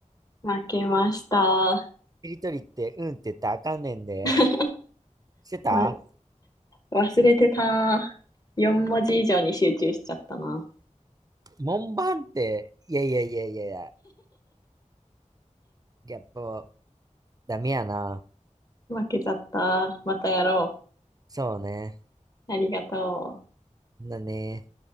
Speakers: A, on the left; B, on the right.
A: 負けました。
B: しりとりって、うんって言ったらあかんねんで。
A: <laughs>
B: してた
A: ま、忘れてた。4文字以上に集中しちゃったな。
B: 門番って、いやいやいやいやいや、やっぱダメやな。
A: 負けちゃった。またやろう。
B: そうね。
A: ありがとう。
B: だね。